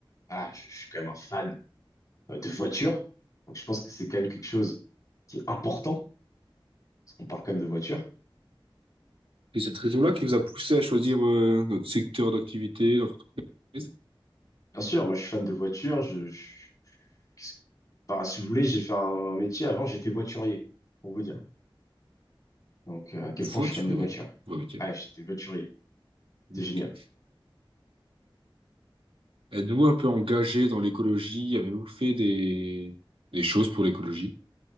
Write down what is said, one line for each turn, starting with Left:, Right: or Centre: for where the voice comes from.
Left: ah, je, je suis quand même un fan euh, de voiture. Donc je pense que c'est quand même quelque chose qui est important, parce qu'on parle quand même de voiture
Right: C'est cette raison-là qui vous a poussé à choisir euh, notre secteur d'activité, d'entreprise
Left: Bien sûr, moi je suis fan de voiture. Je, je- qu'est-ce- enfin, si vous voulez, j'ai fait un, un métier. Avant, j'étais voiturier, pour vous dire. Donc, euh, à quel
Right: Le voiturier.
Left: point je suis fan de voiture.
Right: Ouais, ok.
Left: Ah, j'étais voiturier. C'est génial.
Right: Ok. Êtes-vous un peu engagé dans l'écologie? Avez-vous fait des... des choses pour l'écologie?